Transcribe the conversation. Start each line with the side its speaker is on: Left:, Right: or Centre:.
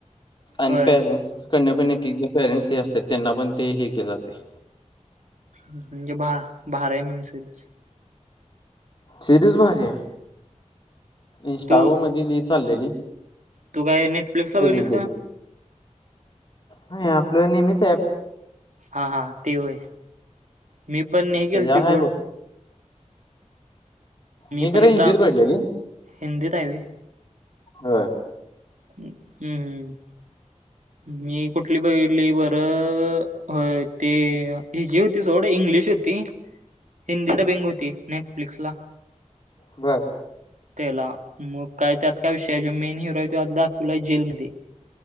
Left: आणि
Right: होय
Left: <unintelligible> पेरेंट्स हे असत्यात त्यांना पण हे केलं जातंय.
Right: म्हणजे भा-भारी हाय म्हण <unintelligible>
Left: सिरीज भारी आहे. इंस्टावर
Right: तू
Left: मधी लई चाललेली.
Right: तू काय नेटफ्लिक्सला
Left: रील
Right: बघितलस
Left: त्याच्या
Right: का?
Left: नाही आपलं नेहमीच ॲप.
Right: हा हा ते होय. मी पण नाही केलते
Left: त्याच्यावर
Right: सोड.
Left: आहे बघ मी
Right: पण
Left: खरं
Right: एकदा
Left: हिंदीत बघितलेली
Right: हिंदीत आहे व्हय
Left: होय.
Right: हम्म, हम्म. मी कुठली बघितली बरं होय ते हिजी होती सोडं इंग्लिश होत ती हिंदी डबिंग होती नेटफ्लिक्सला.
Left: बरं.
Right: त्याला मग काय त्यात काय विषय हाय जो मेन हिरो आहे तो आधी दाखवलाय जेलमध्ये.